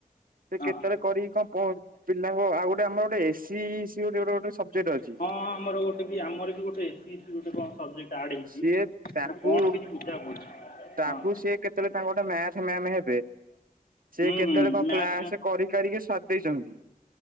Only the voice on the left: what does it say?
ହଁ
ହଁ ଆମର ଗୋଟେବି ଆମରବି ଗୋଟେ ଏସି ଇଚି ଗୋଟେ କଣ ସବଜେକ୍ଟ ଆଡ୍ ହେଇଛି।
ସେଟା
କଣ କିଛି ବୁଝା ପଡୁନି
ହଁ
ହୁଁ
ହୁଁ
ମ୍ୟାଥ